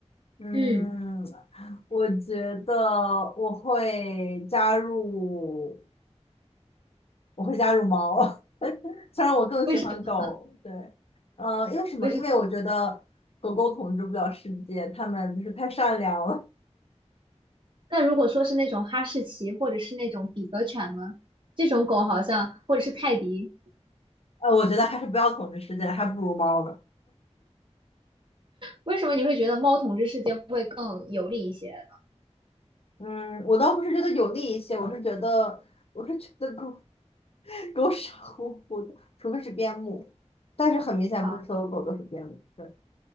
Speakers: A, on the left; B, on the right.
A: 嗯，
B: 嗯，
A: 我觉得我会加入，我会加入猫，<laughs> 虽然我更喜欢狗。
B: 为什么？
A: 对，嗯、因为什么？
B: 为什么？
A: 因为我觉得狗狗统治不了世界，它们就是太善良了。
B: 那如果说是那种哈士奇，或者是那种比格犬呢？这种狗好像，或者是泰迪，
A: 呃，我觉得还是不要统治世界，还不如猫呢。
B: 为什么你会觉得猫统治世界会更有利一些呢？
A: 嗯，我倒不是觉得有利一些，我是觉得，我是觉得狗。狗傻乎乎的，除非是边牧，但是很明显不是所有狗都是边牧。
B: 啊。
A: 对，